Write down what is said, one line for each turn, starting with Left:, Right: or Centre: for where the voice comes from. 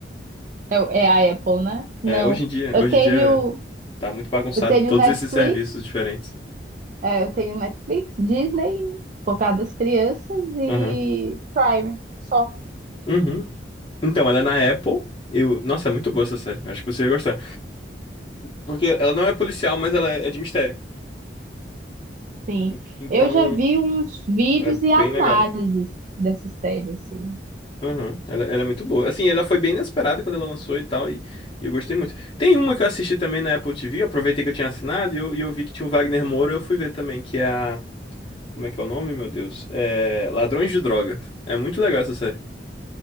Right: é a Apple, né? Não.
Left: É, hoje em dia,
Right: Eu
Left: hoje
Right: tenho,
Left: em dia tá muito bagunçado
Right: eu tenho
Left: todos
Right: Netflix,
Left: esses serviços diferentes.
Right: é, eu tenho Netflix, Disney, por causa das crianças, e
Left: Aham.
Right: Prime, só.
Left: Uhum. Então, ela é na Apple. Eu... Nossa, é muito boa essa série. Acho que você ia gostar. Porque ela não é policial, mas ela é de mistério.
Right: Sim.
Left: En- Então,
Right: Eu já vi uns vídeos
Left: ela é
Right: e
Left: bem
Right: análises
Left: legal.
Right: dessa série, assim.
Left: Aham, Ela, ela é muito boa. Assim, ela foi bem inesperada quando ela lançou e tal, e, e eu gostei muito. Tem uma que eu assisti também na Apple TV, eu aproveitei que eu tinha assinado e eu, e eu vi que tinha o Wagner Moura, eu fui ver também, que é a. Como é que é o nome, meu Deus? É. Ladrões de Drogas. É muito legal essa série.